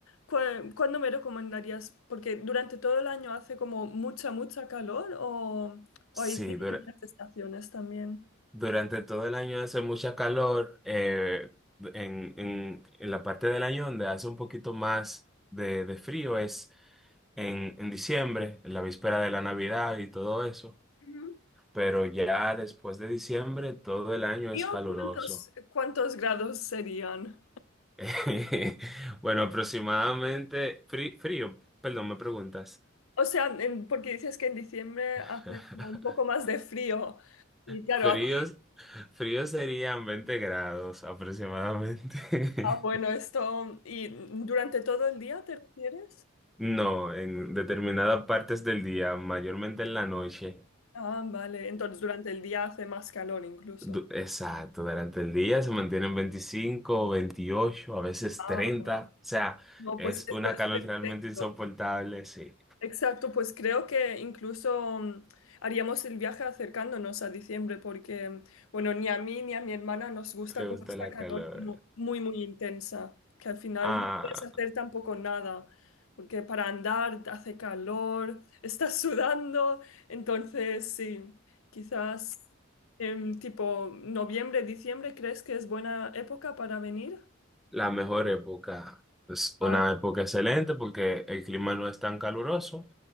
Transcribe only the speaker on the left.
cua- ¿cuándo me recomendarías? Porque durante todo el año hace como mucha, mucha calor o, o hay
diferentes
estaciones también.
Ujú.
Tío,
¿cuántos, cuántos grados serían?
O sea, en- porque dices que en diciembre hace
como un poco más de frío. Y claro,
aquí
está bueno
esto. ¿Y durante todo el día te refieres?
Ah, vale. Entonces durante el día hace más calor incluso.
Ah,
no,
pues esto
es
perfecto.
Exacto, pues creo que incluso mm, haríamos el viaje acercándonos a diciembre porque, mm, bueno, ni a mí ni a mi hermana nos gusta
como
esta
calor
como muy, muy intensa, que al final
no puedes hacer tampoco nada, porque para andar hace calor, <laughs> estás sudando, entonces sí, quizás en tipo noviembre, diciembre, ¿crees que es buena época para venir?
Ah,